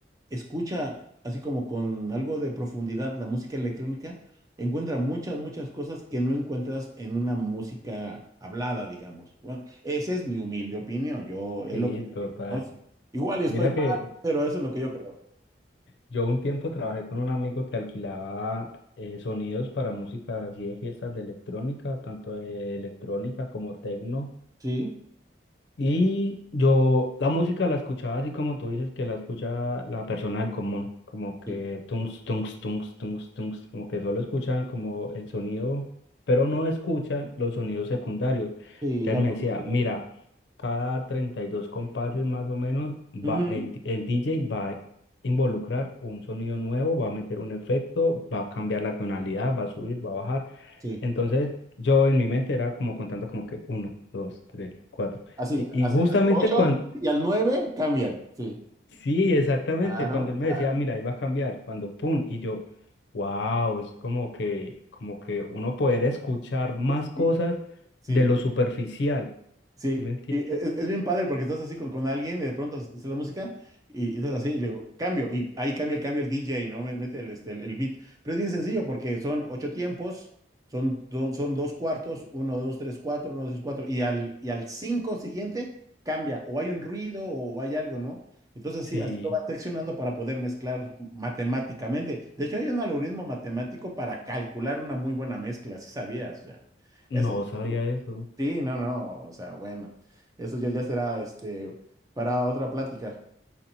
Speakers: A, on the right; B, on the left.
A: escucha así como con algo de profundidad la música electrónica, encuentra muchas, muchas cosas que no encuentras en una música hablada, digamos. Bueno, esa es mi humilde opinión, yo es
B: sí,
A: lo que yo
B: total.
A: digo, ¿no? Sí. Igual estoy
B: Mira
A: mal,
B: que
A: pero eso es lo que yo creo.
B: yo un tiempo trabajé con un amigo que alquilaba eh, sonidos para música así de fiestas de electrónica, tanto de electrónica como tecno.
A: Sí,
B: Y yo la música la escuchaba así como tú dices que la escucha la persona del común, como que
A: sí,
B: tungs, tungs, tungs, tungs, tungs, como que solo escuchan como el sonido, pero no escuchan los sonidos secundarios.
A: sí,
B: Entonces
A: la profundidad.
B: me decía, mira, cada 32 compases más o menos va
A: Ujú,
B: el, di- el DJ va a involucrar un sonido nuevo, va a meter un efecto, va a cambiar la tonalidad, va a subir, va a bajar.
A: Sí,
B: Entonces, yo en mi mente era como contando como que uno, dos, tres, cuatro.
A: así,
B: Y,
A: así,
B: y justamente
A: así, ocho
B: cuando,
A: y al nueve cambian, sí.
B: sí, exactamente,
A: Claro,
B: cuando él me
A: claro.
B: decía, mira, ahí va a cambiar, cuando pum, y yo, wow, es como que, como que uno poder escuchar más cosas
A: Sí, sí.
B: de lo superficial,
A: Sí,
B: ¿sí me entiendes?
A: y e- e- es, bien padre porque estás así con, con alguien y de pronto hace la música y, y estás así y le digo, cambio, y ahí cambia el cambio el DJ, ¿no? Me- Mete el, este, el, el beat. Pero es bien sencillo porque son ocho tiempos, son, do- son dos cuartos, uno, dos, tres, cuatro, uno, dos, tres, cuatro, y al, y al cinco siguiente cambia, o hay un ruido o hay algo, ¿no? Entonces
B: Sí,
A: sí, así lo vas seccionando para poder mezclar matemáticamente. De hecho, hay un algoritmo matemático para calcular una muy buena mezcla, si sabías, o sea,
B: no
A: eso
B: sabía eso.
A: Sí, no, no, o sea, bueno, eso ya, ya será este para otra plática.